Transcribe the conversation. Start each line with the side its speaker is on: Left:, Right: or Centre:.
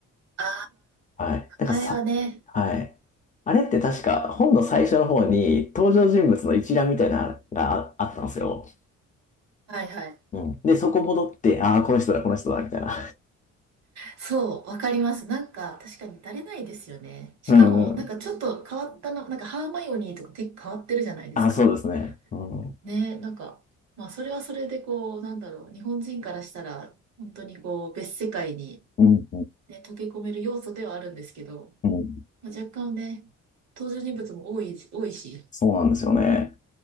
Right: あ
Left: はい。なんかさ、
Right: あ、前はね、
Left: はい。あれって確か本の最初の方に登場人物の一覧みたいなのがああったんですよ。
Right: はいはい。
Left: うん。で、そこ戻って、ああ、この人だ、この人だ、みたいな。
Right: そう、わかります。なんか、確かに慣れないですよね。
Left: <laughs>
Right: しかも、
Left: うんうん。
Right: なんかちょっと変わったの、なんかハーマイオニーとか結構変わってるじゃないですか。
Left: あ、そうですね。うん。はい。
Right: ね、なんか、まあ、それはそれでこう、なんだろう、日本人からしたら、本当にこう、別世界に、
Left: うん、うん、
Right: ね、溶け込める要素ではあるんですけど、
Left: うん。
Right: まあ、若干ね、登場人物も多い、多いし、
Left: そうなんですよね。